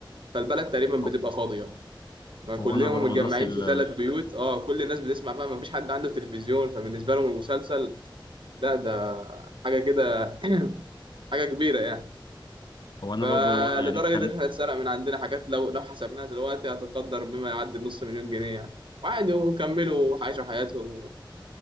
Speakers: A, on the right; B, on the left.
A: فالبلد تقريبا بتبقى
B: هو
A: فاضية فكلهم
B: هو انا برضو
A: متجمعين
B: نفس ال
A: في ثلاث بيوت اه كل الناس بتسمع بقى مفيش حد عنده تلفزيون فبالنسبة لهم المسلسل لا ده حاجة كده <clears throat> حاجة كبيرة يعني
B: هو انا
A: فلدرجة
B: برضو يعني كان
A: إن إحنا اتسرق من عندنا حاجات لو لو حسبناها دلوقتي هتقدر بما يعدي النص مليون جنيه يعني وعادي وكملوا عاشوا حياتهم